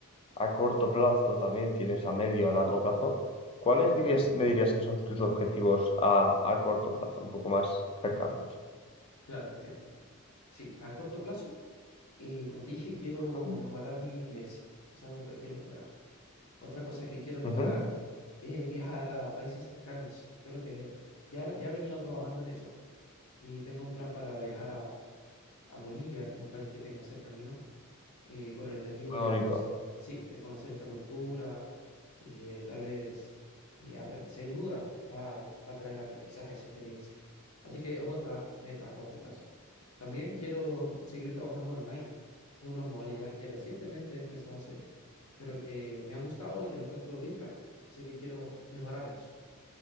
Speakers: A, on the left; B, on the left.
A: a corto plazo, también tienes a medio, a largo plazo. ¿Cuáles dirías, me dirías que son tus objetivos a, a corto plazo, un poco más cercanos?
B: claro, entiendo. Sí, a corto plazo, eh, como te dije, quiero
A: Ujú,
B: mejorar mi inglés. Es algo que quiero lograr. Otra cosa que quiero lograr
A: ujú,
B: es viajar a países cercanos. Creo que ya, ya he venido trabajando en eso y tengo un plan para viajar a, a Bolivia, que es un país que tengo cerca mío eh, con el objetivo
A: Muy
B: de,
A: bonito.
B: cono, sí, de conocer esa cultura, y eh, tal vez, eh, apren- sin duda, va, va a traer aprendizaje esa experiencia. Así que es otra meta a corto plazo. También quiero seguir trabajando online. Es una modalidad que recientemente he empezado a hacer, pero que me ha gustado y que lo encuentro bien práctica. Así que quiero mejorar en eso.